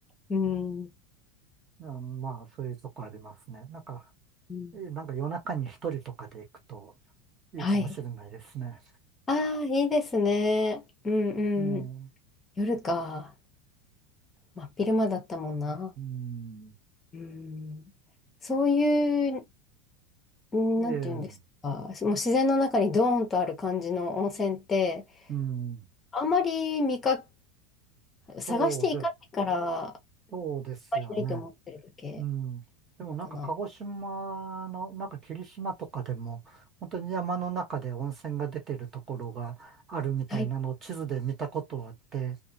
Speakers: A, on the left (about 20°); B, on the right (about 25°).
A: うん。
B: んまあ、そういうとこありますね。なんか、
A: うん
B: えなんか夜中に一人とかで行くといいかもしれないですね。
A: はい。ああ、いいですね。うん
B: ええ、う
A: うん。夜か。真っ昼間だったもんな。
B: ん、
A: うん。そういう、んなんていうんですか。
B: ええ、
A: もう自然の中にドーンとある感じの温泉って、
B: うん、
A: あんまり見か、探していかないから、
B: そうです、
A: あん
B: そうですよね。
A: まりないと思ってるだけ
B: うん。でもなんか鹿児島の、
A: なのかな。
B: なんか霧島とかでも、本当に山の中で温泉が出てるところがあるみたいなのを地図で見たことあって、
A: はい。